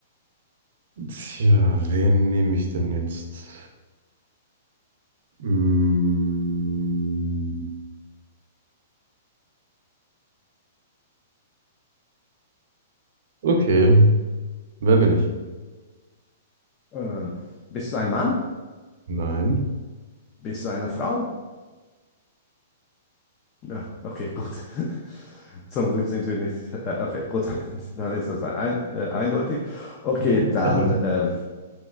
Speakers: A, on the right; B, on the left.
A: tja, wen nehme ich denn jetzt? Mm, okay, wer bin ich?
B: Ähm, bist du ein Mann?
A: Nein.
B: Bist du eine Frau? Ja, okay, gut. <laughs> Zum Glück sind wir nicht. Äh, okay, gut, dann, dann ist das ein, äh, eindeutig. Okay,
A: <laughs>
B: dann ähm,